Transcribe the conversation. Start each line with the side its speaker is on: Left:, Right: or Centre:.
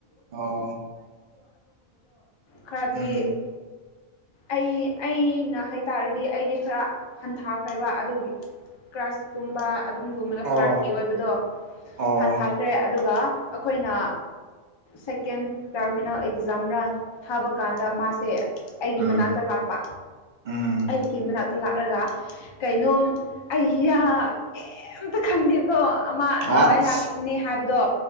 Right: ꯑꯣ
Left: ꯈꯔꯥꯗꯤ
Right: ꯎꯝ
Left: ꯑꯩ ꯑꯩꯅ ꯍꯥꯏꯇꯥꯔꯗꯤ ꯑꯩꯗꯤ ꯈꯔ ꯍꯟꯊꯈ꯭ꯔꯦꯕ ꯑꯗꯨꯒꯤ ꯀ꯭ꯔꯥꯁ ꯀꯨꯝꯕ ꯑꯗꯨꯝ ꯒꯨꯝꯕꯗ
Right: ꯑꯣ
Left: ꯐ꯭ꯂꯥꯠꯀꯤ ꯑꯣꯏꯕꯗꯣ
Right: ꯑꯣ
Left: ꯍꯟꯊꯈ꯭ꯔꯦ ꯑꯗꯨꯒ ꯑꯈꯣꯏꯅ ꯁꯦꯀꯦꯟ ꯇꯔꯃꯤꯅꯦꯜ ꯑꯦꯛꯖꯥꯝꯔꯥ ꯊꯥꯕ ꯀꯥꯟꯗ ꯃꯥꯁꯦ ꯑꯩꯒꯤ
Right: ꯎꯝ
Left: ꯃꯅꯥꯛꯇ ꯂꯥꯛꯄ
Right: ꯎꯝ
Left: ꯑꯩꯒꯤ ꯃꯅꯥꯛꯇ ꯂꯥꯛꯔꯥꯒ ꯀꯩꯅꯣꯝ ꯑꯩꯌꯥ ꯀꯩꯝꯇ ꯈꯪꯗꯦꯕ ꯊꯣ ꯑꯃ ꯑꯗꯨꯃꯥꯏ
Right: ꯑꯁ
Left: ꯂꯥꯛꯀꯅꯤ ꯍꯥꯏꯕꯗꯣ